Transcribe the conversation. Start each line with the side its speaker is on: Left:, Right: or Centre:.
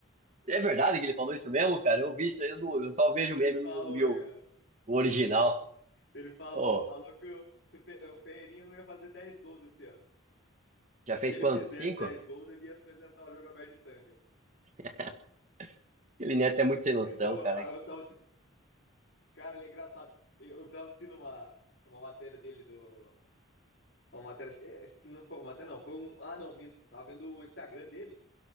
Right: É verdade que ele falou isso mesmo, cara? Eu vi isso aí, eu, não- eu só vejo o
Left: Ele
Right: meme,
Left: falou,
Right: eu não vi o,
Left: cara.
Right: o original.
Left: Ele falou,
Right: Pô,
Left: falou que o, se o, Pe- o Ferreirinha não ia fazer 10 gols esse ano.
Right: já
Left: E
Right: fez
Left: se ele
Right: quanto?
Left: fizesse
Right: Cinco?
Left: 10 gols, ele ia apresentar o jogo aberto de tanga.
Right: <laughs> Aquele Neto é muito sem noção,
Left: Ô,
Right: cara.
Left: ah, eu tava assistindo, cara, ele é engraçado. Eu, eu tava assistindo uma, uma matéria dele do. Uma matéria, acho que, acho que não foi uma matéria, não. Foi um. Ah, não, minto. Eu tava vendo o Instagram dele.